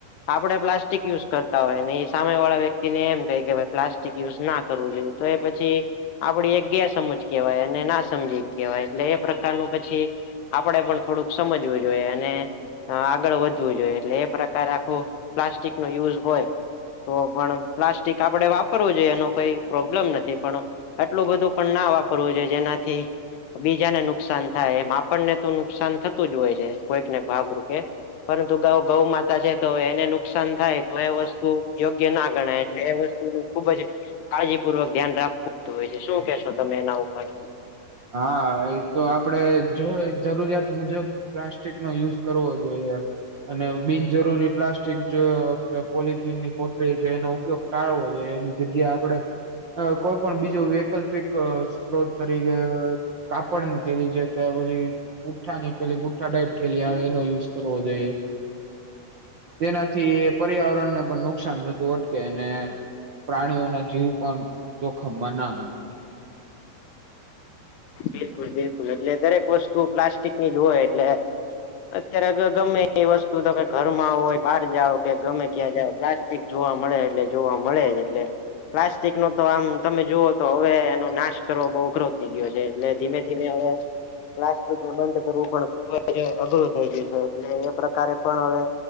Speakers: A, on the left; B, on the right.
A: આપડે પ્લાસ્ટિક યુઝ કરતા હોય ને એ સામે વાળા વ્યક્તિને એમ ક કે ભ પ્લાસ્ટિક યુઝ ના કરવું જોઈએ તો એ પછી આપડી એક ગેર સમજ કેવાય અને ના સમજી કહેવાય એટલે એ પ્રકારનું પછી આપણેે પણ થોડુંક સમજવું જોઈએ અને હ આગળ વધવું જોઈએ એટલે એ પ્રકારે આખું પ્લાસ્ટિક નો યુઝ હોય. તો પણ પ્લાસ્ટિક આપણેે વાપરવું જોઈએ એનો કોઈ પ્રોબ્લેમ નથી પણ આટલું બધું પણ ના વાપરવું જોઈએ જેનાથી બીજાને નુકસાન થાય એ આપણને તો નુકસાન થતું જ હોય છે કોઈક ને ભાગરૂપે. પરંતુ ગૌ ગૌ માતા છે તો એને નુકસાન થાય તો એ વસ્તુ યોગ્ય ના ગણાય એટલે એ વસ્તુ ખુબ જ કાળજીપૂર્વક ધ્યાન રાખવુંતું હોય છે શું કેશો તમે એના ઉપર
B: હા એ તો આપડે જો જરૂરિયાત મુજબ પ્લાસ્ટિક નો યુઝ કરવો જોઈએ અને બિનજરૂરી પ્લાસ્ટ સ્ટિક જ પોલથીનની કોથરી છે એનો ઉપયોગ ટાળવો જોઈ એની જગ્યા આપણે અ કોઈ પણ બીજું વૈકલ્પિક સ્ત્રોત તરીકે કાપડ ની થેલી છે કે પછી બૂઠાની પેલી બુઠ્ઠા ટાઈપ થેલી આવે એનો યુઝ કરવો જોઈએ. તેનાથી પર્યાવરણને પણ નુકસાન થતું અટકે એને. પ્રાણીઓ ના જીવ પણ જોખમમાં ના <unintelligible>
A: બિલકુલ બિલકુલ એટલે દરેક વસ્તુ પ્લાસ્ટિકની જ હોય એટલે અત્યારે ગમે એ વસ્તુ તો કે ઘર માં હોય બહાર જાઓ કે ગમે ક્યાં જાઓ પ્લાસ પ જોવા મળે એટલે જોવા મળે જ એટલે પ્લાસ્ટિક નો તો આમ તમે જુઓ તો હવે એનો નાશ કરવો બહુ અઘરો થઈ ગયો છે એટલે ધીમે ધીમે હવે પ્લાસ્ટિકને બંધ કરવું પણ ખૂબ જ અઘરું થઈ ગયું છે એટલે એ પ્રકારે પણ હવે